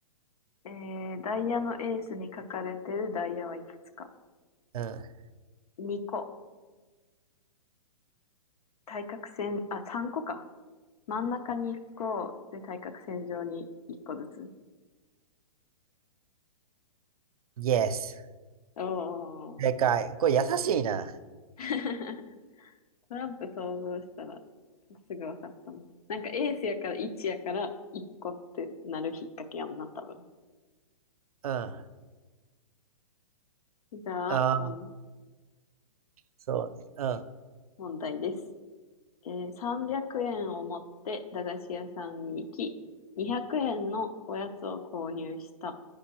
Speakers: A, on the left (about 75°); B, on the right (about 75°).
A: えー、ダイヤのエースに書かれてるダイヤはいくつか
B: うん。
A: ?2 個。対角線、あ、3個か。真ん中に1個、で、対角線上に1個ずつ。
B: Yes。
A: お
B: 正解。
A: ー。
B: これ優しいな。
A: <laughs> トランプ想像したらすぐ分かったな。なんかエースやから1やから1個ってなる引っ掛けやんな、多分。
B: うん。あ
A: じゃあ、
B: あ、
A: もん
B: そうね。うん。
A: 問題です。えー、300円を持って駄菓子屋さんに行き、200円のおやつを購入した。